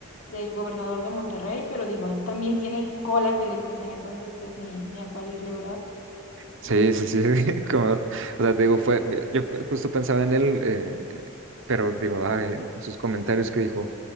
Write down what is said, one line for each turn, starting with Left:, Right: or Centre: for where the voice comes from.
Left: del gobernador de Monterrey, pero digo, también tienen cola que le pisen, entonces pues ni, ni a cuál irle, ¿verdad?
Right: Sí, sí, sí, <laughs> como, o sea, te digo, fue, yo justo pensaba en él, eh, eh, pero digo, ay, en en sus comentarios que dijo,